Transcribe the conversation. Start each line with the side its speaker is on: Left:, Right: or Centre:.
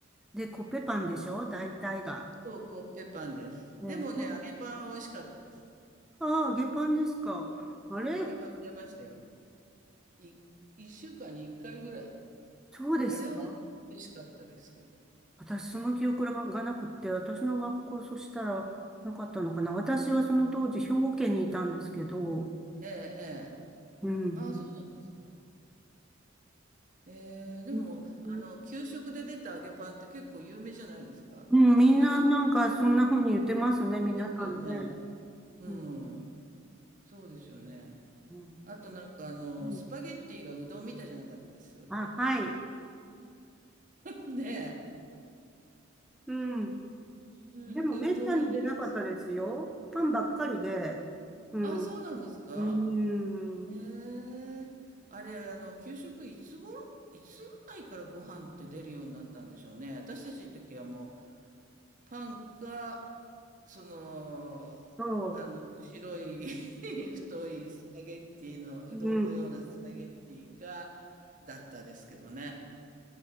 Centre: で、コッペパンでしょ大体が。
Right: そう、コッペパンです。
Centre: ね、
Right: でもね、
Centre: お
Right: 揚げパンは美味しかったです。
Centre: ああ、揚げパンですか。あれ
Right: 揚げパン出ましたよ。い、1週間に1回ぐらい。
Centre: そうですか
Right: あれは美味しかったですけど。
Centre: 私、その記憶がなくって、私の学校、そしたらなかったのかな。私はその当時、兵庫県にいたんですけど、
Right: ええ、ええ。
Centre: うん。
Right: ああ、そうなんですか。ええ、でも、
Centre: うん、
Right: あの、給食で出た揚げパンって結構有名じゃないですか。
Centre: うんみんな、
Right: なんか、
Centre: なんか、そんな風に言ってますね、皆さんね。
Right: いますよね。うん。
Centre: うん、
Right: そうですよね。
Centre: うん、
Right: あとなんかあの、
Centre: うん
Right: スパゲッティがうどんみたいじゃなかったです。
Centre: あ、はい。
Right: <laughs> ね
Centre: うん。
Right: え。なんかうどんみたいだし。
Centre: でもめったに出なかったですよ。パンばっかりで。うん。
Right: あ、そうなんですか
Centre: うーん。
Right: ええ、あれ、あの、給食いつ頃、いつぐらいからご飯って出るようになったんでしょうね。私たちの時はもう、パンか、その、
Centre: そ
Right: あの、白い <laughs> 太いスパゲッティの、うどんのようなスパゲッティか、
Centre: う。うん。
Right: だったですけどね。